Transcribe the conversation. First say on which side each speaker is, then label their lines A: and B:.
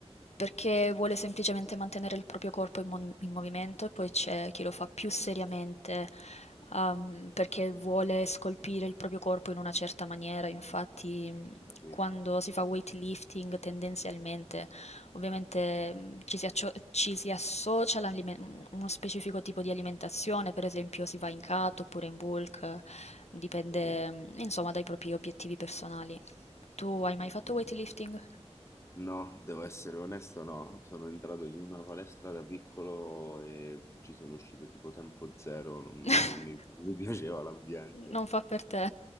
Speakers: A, on the left; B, on the left.
A: perché vuole semplicemente mantenere il proprio corpo in, mon- in movimento e poi c'è chi lo fa più seriamente ehm, perché vuole scolpire il proprio corpo in una certa maniera. Infatti, mh,
B: Ho capito,
A: quando si fa weightlifting tendenzialmente Ovviamente mh, ci si, accio- ci si associa a uno specifico tipo di alimentazione, per esempio si va in cut oppure in bulk, eh, dipende
B: ho capito,
A: mh, insomma dai propri obiettivi personali. Tu hai mai
B: ho
A: fatto
B: capito.
A: weightlifting?
B: No, devo essere onesto, no. Sono entrato in una palestra da piccolo e ci sono uscito tipo tempo zero, non
A: <laughs>
B: non mi <laughs> mi piaceva l'ambiente.
A: Non fa per te.